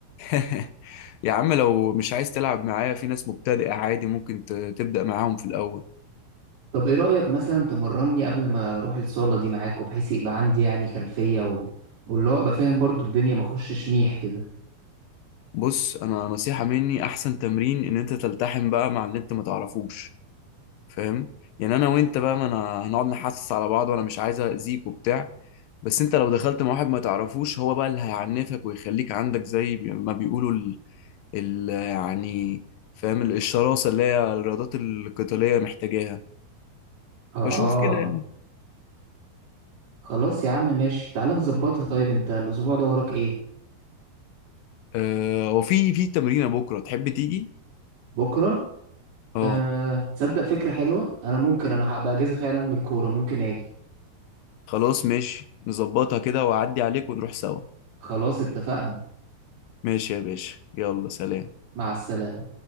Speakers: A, on the left; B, on the right.
A: <laughs> يا عم لو مش عايز تلعب معايا في ناس مبتدئة عادي ممكن ت- تبدأ معاهم في الأول
B: طب ايه رأيك مثلا تمرني قبل ما اروح الصالة دي معاك وبحيث يبقى عندي يعني خلفية و... واللي هو ابقى فاهم برضو الدنيا ما اخشش ميح كده
A: بص أنا نصيحة مني أحسن تمرين إن أنت تلتحم بقى مع اللي أنت ما تعرفوش فاهم يعني أنا وأنت بقى ما أنا هنقعد نحسس على بعض وأنا مش عايز أذيك وبتاع بس أنت لو دخلت مع واحد ما تعرفوش هو بقى اللي هيعنفك ويخليك عندك زي بي- ما بيقولوا ال... ال... يعني فاهم ال- الشراسة اللي هي الرياضات القتالية محتاجاها
B: اه
A: فشوف كده يعني
B: خلاص يا عم ماشي تعال نظبطها طيب انت الاسبوع ده وراك ايه
A: أه وفي في تمرينة بكرة تحب تيجي؟
B: بكرة
A: اه
B: أه... تصدق فكرة حلوة انا ممكن انا هبقى اجازة فعلا من الكورة ممكن اجي
A: خلاص ماشي نظبطها كده وأعدي عليك ونروح سوا
B: خلاص اتفقنا
A: ماشي يا باشا يلا سلام
B: مع السلامة